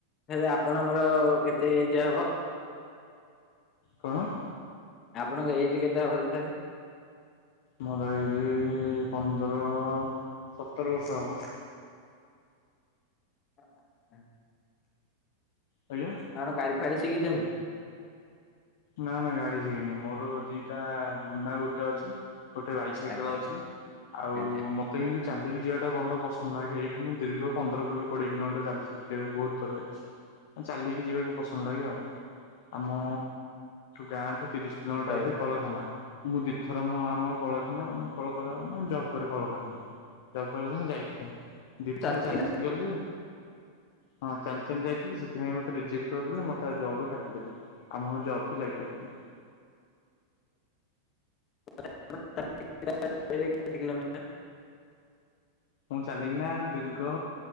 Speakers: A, on the left (about 30°); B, on the left (about 55°).
A: ଏବେ ଆପଣଙ୍କର କେତେ ଏଜେ ହବ?
B: କଣ?
A: ଆପଣଙ୍କ ଏଇଜ କେତେ ହବ ତଥାପି?
B: ମୋର ହେଇଛି ପନ୍ଦର ସତର ବର୍ଷ ହବ।
A: ଅ ହଁ।
B: ଆଜ୍ଞା।
A: ଆଁଣ ଗାଡି ଫାଡି ଶିଖିଛନ୍ତି?
B: ନା ନା ଗାଡି ଶିଖିନି ମୋର ଦିଟା ଲୁଣନା ଗୋଟେ ଅଛି। ଗୋଟେ ବାଇସାଇକେଲ
A: ଆଚ୍ଛା
B: ଅଛି ଆଉ
A: ଆଚ୍ଛା
B: ମତେ କେମିତି ଚାଲିକି ଯିବାଟା ଭଲ ପସନ୍ଦ ଲାଗେ ଏଇଠୁ ମୁଁ ଦୀର୍ଘ ପନ୍ଦର କିଲୋ କୋଡିଏ କିଲୋମିଟର ଚାଲି କେବେ ବହୁତ ଥର ଯାଇଛି। ଚାଲିକି ଯିବାକୁ ପସନ୍ଦ ଲାଗେ ଆଉ ଆମ ଗାଁଠୁ ତିରିଶ କିଲୋମିଟର
A: ରହିବ।
B: କଳଖାନା। ମୁଁ ଦିଇଥର ମ ଆମ କଳଖାନା ମାନେ କଳକ ମାନେ ଜବ୍ କରିରେ କଳଖାନାରେ ଜବ୍ କରି ଯାହା ଯାଇ ଦୁଇଥର
A: ଚାଲିକି
B: ଚାଲି ଚାଲି ଗଲି। ହଁ ଚାଲି ଚାଲି ଯାଇଥିଲୁ ସେଥିପାଇଁ ମତେ ରଜେକ୍ଟ କରିଦେଲେ ମତେ ଜବ ରୁ କାଟିଦେଲେ ଆମ ମ ଜବ। ବ ଯାଇ ପି।
A: <inaudible>
B: ମୁଁ ଚାଲିକିନା ଦୀର୍ଘ